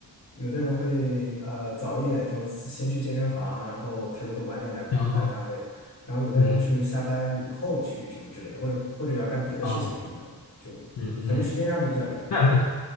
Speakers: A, on the left; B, on the left.
A: 有的人会呃早一点的时候先去健身房，然后他就会晚点来工来单位。
B: 哦，
A: 然后有的人是下班以后去什么之类的，
B: 嗯，
A: 或者或者要干别的事情什么的，
B: 哦，
A: 就反正时间上是比较灵活。
B: 嗯嗯，那那